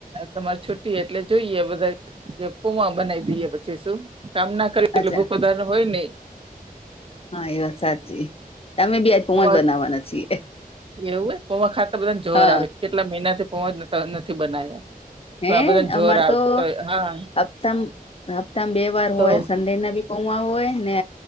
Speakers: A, on the right; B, on the left.
A: તમારે છુી એટલે જોઈએ બધા કે પુમા બનાવી દઈએ પછી શું કામના એટલે
B: અચ્છા
A: ભૂખ વધારે હોય નને
B: હા એ વાત સાચી તમે બી પોજ
A: કો
B: બનાવવાના છીએ
A: એવું હો કોમાં ખાતા બધાને જોર
B: હા
A: આવે કેટલા મહિના થી પહોંચ નથી બના્યા
B: હે
A: પણ આ બધાને જોર
B: અમારે
A: આવે
B: તો
A: હા
B: હપ્તા હપ્તામાં બે વાર
A: તો
B: હોય સડે ના બી પોવા હોય ને